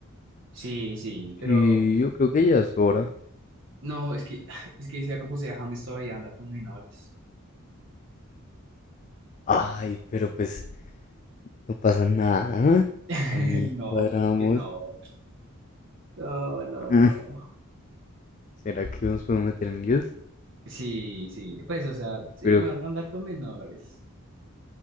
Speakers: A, on the right; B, on the left.
A: sí, sí,
B: Sí,
A: pero
B: yo creo que ya es hora.
A: no, es que, <laughs> <sighs> es que sea como sea, James todavía anda con menores.
B: Ay, pero pues, no pasa nada. ¿eh?
A: <laughs>
B: Ahí
A: No,
B: cuadramos.
A: como que no. No, no, no.
B: Mm, ¿Será que nos podemos meter en líos?
A: Sí, sí, pues, o sea, sí,
B: Pero
A: mejor no andar con menores.